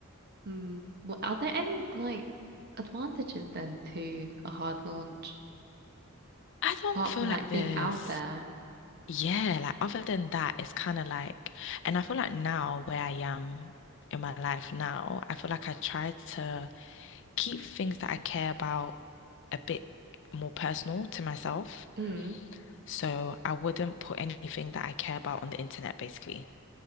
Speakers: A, on the right; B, on the left.
A: Hmm. What, are there any like advantages then to a hard launch?
B: I I don't
A: apart
B: feel
A: from
B: like
A: like being
B: there's,
A: out there.
B: yeah, like other than that, it's kind of like, and I feel like now where I am in my life now, I feel like I try to keep things that I care about a bit more personal to myself.
A: Mm.
B: So I wouldn't put anything that I care about on the internet, basically.